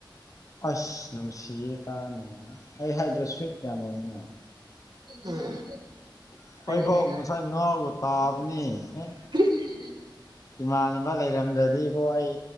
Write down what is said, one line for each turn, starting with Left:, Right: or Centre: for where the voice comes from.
Left: ꯑꯁ ꯅꯨꯡꯁꯤꯌꯦ <unintelligible> ꯑꯩ ꯍꯥꯏꯗ꯭ꯔꯥ ꯁ꯭ꯨꯋꯤꯠ ꯌꯥꯝ ꯑꯣꯏꯅ
Right: ꯎꯝ
Left: ꯫
Right: ꯑꯣꯏꯕꯅꯦ
Left: ꯑꯩꯐꯥꯎ ꯉꯁꯥꯏ ꯉꯥꯎꯔꯒ ꯇꯥꯕꯅꯦ ꯑꯦ
Right: <unintelligible>
Left: ꯏꯃꯥꯟꯅꯕ ꯂꯩꯔꯝꯗ꯭ꯔꯗꯤꯀꯣ ꯑꯩ